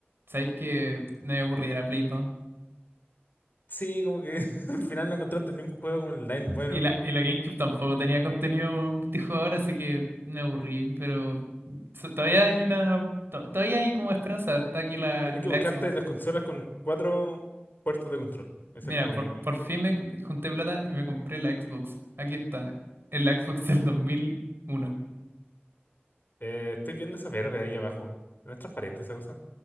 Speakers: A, on the right; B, on the left.
A: ¿Sabéis que me aburrí de la Play 2?
B: Sí, como que <laughs> al final no encontraste ni un juego como online bueno.
A: Y la, y la GameCube tampoco tenía contenido multijugador, así que me aburrí. Pero so- todavía hay una. to- todavía hay como esperanza. Está aquí la,
B: Tenés
A: la
B: que buscarte
A: Xbox.
B: las consolas con cuatro puertos de control. Eso
A: Mira,
B: es como
A: por,
B: lo...
A: por fin me me junté plata y me compré la Xbox. Aquí está. Es la Xbox del 2001.
B: eh, estoy viendo esa verde ahí abajo. ¿No es transparente esa cosa?